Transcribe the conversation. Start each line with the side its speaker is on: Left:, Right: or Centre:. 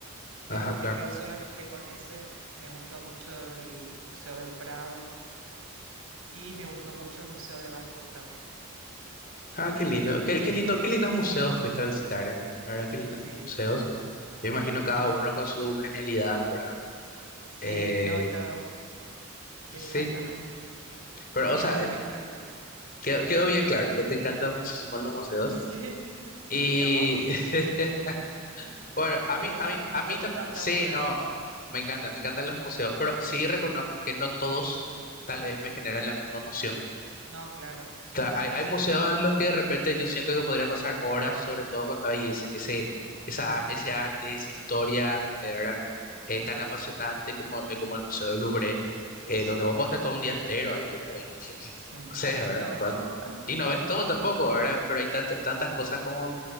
Right: pero
Left: Ajá,
Right: no
Left: claro.
Right: me quedo solamente con ese. Me gustó mucho el Museo del Prado y me gustó mucho el Museo de Bangkok también.
Left: Ah,
Right: Eh,
Left: qué lindo. Qué, qué lindo, qué lindos museos fuiste a visitar, ¿eh? La verdad, qué lindos
Right: sí,
Left: museos.
Right: sí,
Left: Yo imagino cada
Right: me encanta.
Left: uno con su genialidad, ¿verdad?
Right: Sí,
Left: Eh,
Right: no, y cada uno.
Left: sí,
Right: Exactamente.
Left: pero,
Right: Y
Left: o sea,
Right: bueno, me encantan.
Left: quedó, quedó bien claro que te encantan muchísimo los museos.
Right: <laughs> Sí. ¿Y
Left: Y,
Right: a vos?
Left: <laughs> bueno, a
Right: ¿Te
Left: mí,
Right: gustan?
Left: a mí,
Right: ¿No
Left: a mí
Right: te gustan?
Left: también, sí,
Right: ¿Te aburren?
Left: no, me encantan, me encantan los museos, pero sí reconozco que no todos tal vez me generan la misma emoción.
Right: No, claro.
Left: Claro,
Right: Sí,
Left: hay, hay
Right: sí.
Left: museos en los que de repente yo siento que podría pasar horas, sobre todo cuando hay ese, ese, esa, ese arte, esa historia, eh, ¿verdad? Eh, tan apasionante como, eh, como el Museo del Louvre,
Right: Sí,
Left: eh, donde vos podés estar todo un día entero ahí, ¿verdad? Y, <laughs>
Right: sí.
Left: no sé, ¿verdad?
Right: Y no ves
Left: Va-
Right: todo. <laughs>
Left: Y no ves todo tampoco, ¿verdad? Pero hay tanta- tantas cosas como